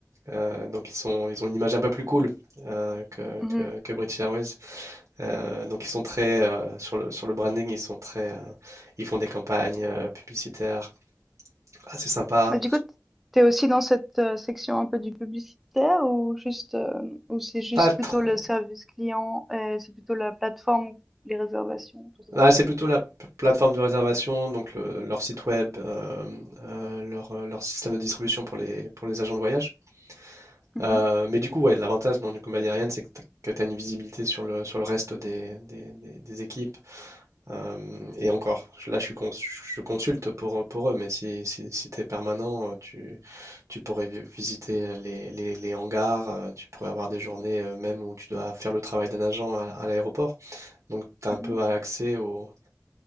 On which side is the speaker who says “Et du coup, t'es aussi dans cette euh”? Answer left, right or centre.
Centre